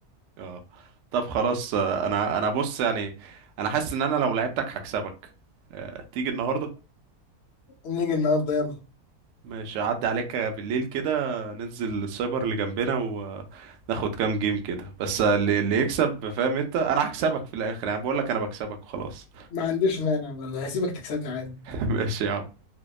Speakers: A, on the right; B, on the left.
A: اه طب خلاص آه، انا انا بص يعني انا حاسس ان انا لو لعبتك هكسبك آه، تيجي النهارده
B: نيجي النهاردة يلا
A: مش هعدي عليك بالليل كده ننزل السايبر اللي جنبنا وناخد كام جيم كده بس اللي اللي يكسب فاهم انت انا هكسبك في الاخر يعني بقول لك انا بكسبك وخلاص
B: ما عنديش مانع والله هسيبك تكسبني عادي
A: <laughs> ماشي يا عم